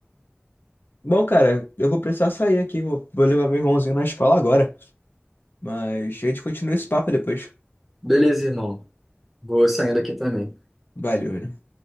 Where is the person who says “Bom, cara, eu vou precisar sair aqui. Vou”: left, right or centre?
Left